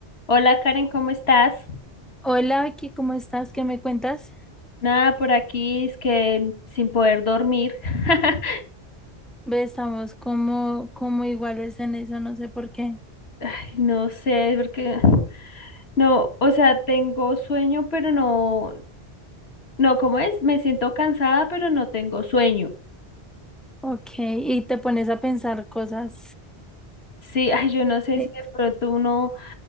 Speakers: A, on the left; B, in the centre.
A: Hola Karen, ¿cómo estás?
B: Hola Vicky, ¿cómo estás? ¿Qué me cuentas?
A: Nada, por aquí es que sin poder dormir. <laughs>
B: Ve, estamos como, como iguales en eso, no sé por qué.
A: Ay, No sé, porque no, o sea, tengo sueño, pero no, no, ¿cómo es? Me siento cansada, pero no tengo sueño.
B: Ok, y te pones a pensar cosas.
A: Sí, ay, yo no sé
B: Sí.
A: si de pronto uno